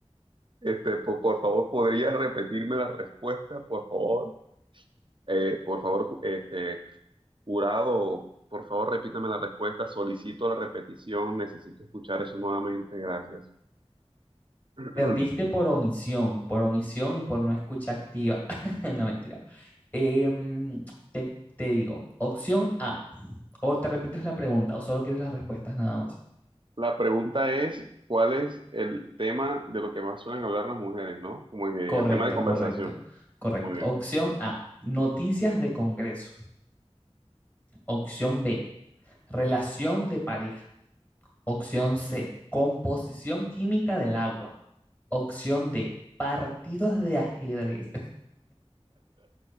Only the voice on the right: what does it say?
Este, po- por, favor, ¿podrías repetirme la respuesta, por favor? Eh, por favor, ju- este, jurado, por favor, repítame la respuesta. Solicito la repetición. Necesito escuchar eso nuevamente. Gracias. <clears throat>
La pregunta es, ¿cuál es el tema de lo que más suelen hablar las mujeres, ¿no? Como que
el tema de conversación.
Muy bien.